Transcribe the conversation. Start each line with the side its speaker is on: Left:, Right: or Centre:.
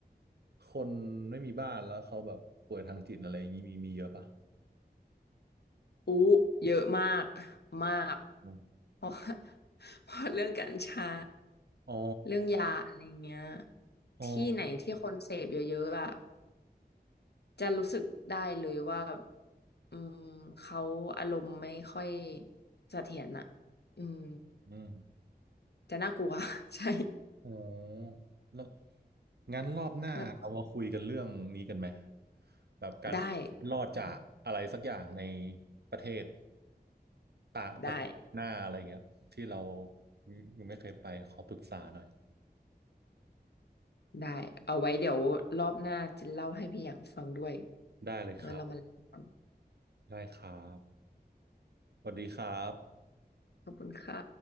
Right: คนไม่มีบ้านแล้วเขาแบบป่วยทางจิตอะไรอย่างนี้มีมีเยอะปะ
Left: อู้เยอะมากมาก
Right: อม
Left: เพราะ <laughs> ว่าเพราะเรื่องกัญชา
Right: อ๋อ
Left: เรื่องยาอะไรเงี้ย
Right: อ๋อ
Left: ที่ไหนที่คนเสพเยอะๆอ่ะจะรู้สึกได้เลยว่าอืมเขาอารมณ์ไม่ค่อยเสถียรอ่ะอืม
Right: อืม
Left: จะน่ากลัว <laughs> ใช่
Right: อ๋อแล้วงั้นรอบหน้าเอามาคุยกันเรื่องนี้กันไหม
Left: แบบ
Right: แบบการเอาชีวิตรอดจากอะไรสักอย่างใน
Left: ได้อืม
Right: ประเทศต่างประเทศหน้าอะไรเงี้ยที่เรา
Left: ได้
Right: ยังไม่เคยไปขอปรึกษาหน่อย
Left: ได้เอาไว้เดี๋ยวรอบหน้าจะเล่าให้พี่อย่างฟังด้วย
Right: ได้เลยครับ
Left: ว่าเรามาเล่ากัน
Right: ได้ครับสวัสดีครับ
Left: ขอบคุณค่ะ